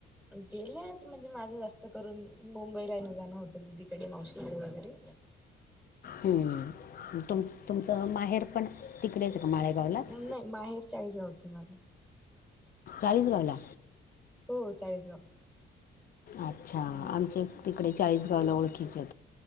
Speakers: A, in the centre; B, on the left (about 50°).
A: गेल्यात म्हणजे माझं जास्त करून. मुंबईला येन जाणं होत. दीकडे मावशी कड वगैरे.
B: हम्म. तुम तुमचं माहेर पण. तिकडेच का माळेगावलाच.
A: नाही माहेर चाळीसगावच आहे माझं
B: चाळीस गावला.
A: हो चाळीसगाव.
B: अच्छा
A: हम्म
B: आमचे तिकडे. चाळीस गावला ओळखीचेत.